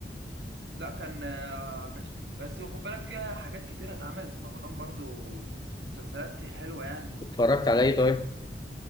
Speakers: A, on the right; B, on the left.
A: لا كان آه، كان بس خد بالك فيها حاجات كتيره اتعملت في رمضان برضو مسلسلات حلوه يعني
B: اتفرجت
A: في رمضان
B: على ايه طيب؟